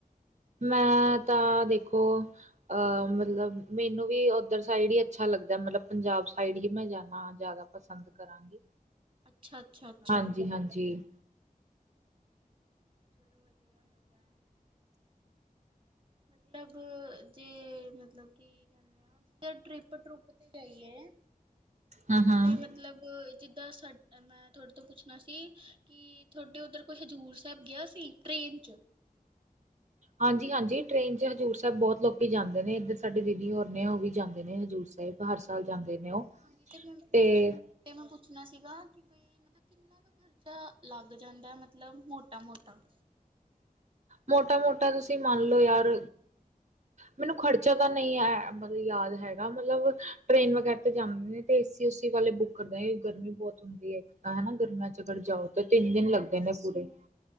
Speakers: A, on the right (about 50°); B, on the right (about 35°).
A: ਮੈਂ ਤਾਂ ਦੇਖੋ। ਅ ਮਤਲਬ ਮੇਨੂੰ ਵੀ ਓਧਰ ਸਾਈਡ ਈ ਅੱਛਾ ਲੱਗਦਾ ਮਤਲਬ ਪੰਜਾਬ ਸਾਈਡ ਹੀ ਮੈਂ ਜਾਵਾਂ ਜਿਆਦਾ ਪਸੰਦ ਕਰਾਂਗੀ
B: ਅੱਛਾ, ਅੱਛਾ, ਅੱਛਾ।
A: ਹਾਂਜੀ- ਹਾਂਜੀ।
B: ਚਲੋ ਵਦੀਆ ਹੈਦਾ ਮਤਲਬ ਜੇ ਮਤਲਬ ਕੀ ਕਹਿੰਦੇ ਜਿੱ ਟਰਿਪ- ਟਰੁਪ ਤੇ ਜਾਈਏ
A: ਹੂੰ -ਹੂੰ
B: ਤੇ ਮਤਲਬ ਜਿੱਦਾਂ ਸਾ ਮੈਂ ਤੁਹਾਡੇ ਤੋਂ ਪੁੱਛਣਾ ਸੀ ਕਿ, ਤੁਹਾਡੇ ਉੱਧਰ ਕੋਈ ਹਜ਼ੂਰ ਸਾਹਿਬ ਗਿਆ ਸੀ। ਟ੍ਰੇਨ ਚ
A: ਹਾਂਜੀ -ਹਾਂਜੀ ਟਰੇੇਨ ਚ ਹਜ਼ੂਰ ਸਾਹਿਬ ਬਹੁਤ ਲੋਕੀ ਜਾਂਦੇ ਨੇ, ਇੱਧਰ ਸਾਡੇ ਦੀਦੀ ਹੋਰ ਨੇ ਉਹ ਵੀ ਜਾਂਦੇ ਨੇ ਹਜ਼ੂਰ ਸਾਹਿਬ। ਹਰ ਸਾਲ ਜਾਂਦੇ ਨੇ, ਉਹ
B: ਹਾਂਜੀ ਤੇ ਮੈਂ ਪੁੱਛ
A: ਤੇ
B: ਤੇ ਮੈਂ ਪੁੱਛਣਾ ਸੀਗਾ ਕਿ ਬਈ ਮਤਲਬ ਕੀ ਕਿੰਨਾ ਕੁ ਖਰਚਾ ਲੱਗ ਜਾਂਦਾ ਐ, ਮਤਲਬ ਮੋਟਾ, ਮੋਟਾ
A: ਮੋਟਾ- ਮੋਟਾ ਤੁਸੀਂ ਮੰਨ ਲਓ ਯਾਰ ਮੈਨੂੰ ਖ਼ਰਚਾ ਤਾਂ ਨਹੀਂ ਮਤਲਬ ਯਾਦ ਹੈਗਾ ਮਤਲਬ ਟ੍ਰੇਨ ਵਗੈਰਾ ਤੇ ਜਾਂਦੇ ਨੇ। ਤੇ ਏਸੀ ਓਸੀ ਵਾਲੇ ਬੁੱਕ ਕਰਦੇ ਹ ਗਰਮੀ ਬਹੁਤ ਹੁੰਦੀ ਹੈ, ਇੱਕ ਤਾਂ ਹਨਾ ਗਰਮੀਆਂ ਚ ਅਗਰ ਜਾਓ
B: ਤੇ
A: ਤਿੰਨ
B: ਮੈਂ
A: ਦਿਨ ਲੱਗਦੇ ਨੇ
B: ਸੁਣਿਆ
A: ਪੂਰੇ।